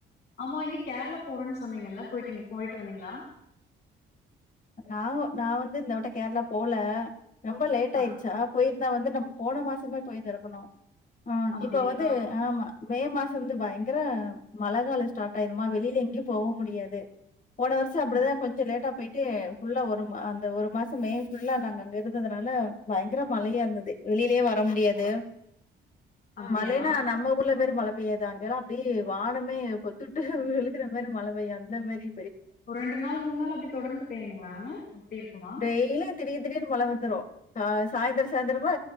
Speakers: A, on the left; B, on the left.
A: ஆமா இங்க கேரளா போறோன்னு சொன்னீங்கல்ல போயிட் போயிட்டு வந்தீங்களா
B: நா நான் வந்து இந்த விட்ட கேரளா போல ரொம்ப லேட் ஆய்டுச்சா
A: அப்
B: போயி நா வந்து நம்ம போன மாசமே போயிருந்துருக்கனு அஹ்
A: அப்டியா
B: இப்ப வந்து
A: ஆ
B: ஆம்மா மே மாசம் வந்து பயங்கர மழ காலம் ஸ்டார்ட் ஆயிருமா வெளில எங்கேயும் போக முடியாது போன வருஷம் அப்பிடித்தான்
A: ம்
B: கொஞ்சம் லேட்டா போயிட்டு ஃபுல்லா ஒரு மா அந்த ஒரு மாசம் மே ஃபுல்லா நாங்க அங்க இருந்ததுனால பயங்கர மழையா இருந்தது வெளியிலயே வர முடியாது
A: அப்டியா
B: மழேனா நம்ம ஊர்ல மாரி மழ பெய்யாது அங்கெல்லா அப்டியே வானமே பொத்துட்டு விழுகுற மாரி மழ பெய்யு அந்த மேரி
A: ஒரு ரெண்டு நாள் மூண் நாள் அப்டி தொடர்ந்து பே வெயிலுங்ளாங்க எப்டி இருக்குமா
B: டெய்லியும் திடீர் திடீர்னு மழ வந்துரு அ சாய்ந்திர சாய்ந்திரமா